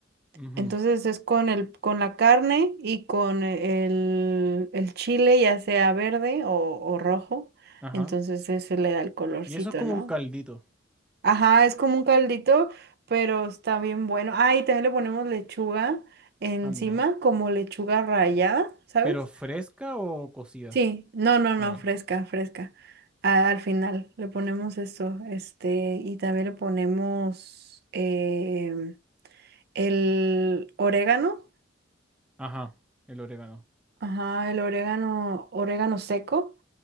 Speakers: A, in the centre; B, on the right.
A: Ujú,
B: Entonces es con el, con la carne y con el, el chile, ya sea verde o, o rojo.
A: Ajá,
B: Entonces ese le da el colorcito,
A: y eso es como
B: ¿no?
A: un caldito,
B: Ajá, es como un caldito, pero está bien bueno. Ah, y también le ponemos lechuga encima,
A: ah, mira,
B: como lechuga rallada, ¿sabes?
A: pero fresca o cocida,
B: Sí, no, no, no,
A: ah, bueno,
B: fresca, fresca. A- al final le ponemos eso, este, y también le ponemos em, el orégano,
A: ajá, el orégano,
B: ajá, el orégano, orégano seco,